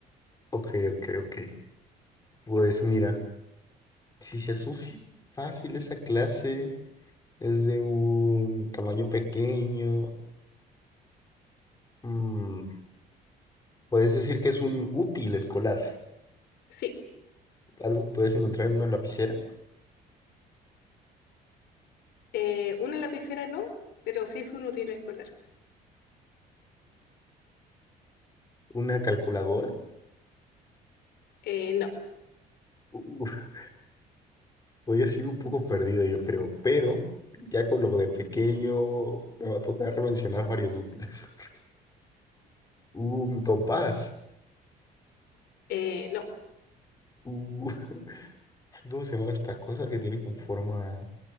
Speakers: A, on the left; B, on the left.
A: Ok, ok, ok. Pues mira, si se asocia fácil esa clase. Es de un tamaño pequeño. Mm, puedes decir que es un útil escolar.
B: Sí,
A: Algo que puedes encontrar en una lapicera,
B: eh, una lapicera no, pero sí es un útil escolar.
A: una calculadora.
B: Eh, no.
A: Uf, hoy sigo un poco perdido, yo creo, pero ya con lo de pequeño me va a tocar mencionar varios útiles. <laughs> Un compás.
B: Eh, no,
A: Uh, <laughs> ay, ¿cómo se llama esta cosa que tiene con forma?